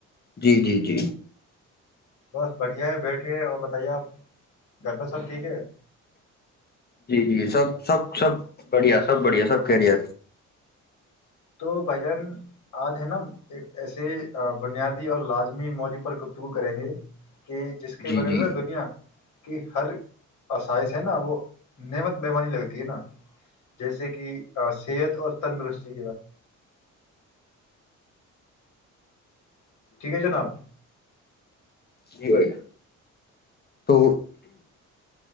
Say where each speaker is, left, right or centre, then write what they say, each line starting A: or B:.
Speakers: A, on the left; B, on the left.
A: جی جی جی
B: بس بڑھیا ہے بیٹھے اور بتائیے آپ گھر پہ سب ٹھیک ہے
A: جی جی سب سب سب بڑھیا سب بڑھیا سب کہہریی
B: تو بھ جان آج ہے نا ایک ایسے بنیادی اور لازمی موضوع پر گفتگو کریں گے کہ جس کے
A: جی
B: وغیرہ
A: جی
B: نا دنیا کہ ہر اسائذ ہے نا وہ نعمت بیمانی لگتی ہے نا جیسے کہ صحت اور تندرستی ٹھیک ہے جناب
A: نہیں تو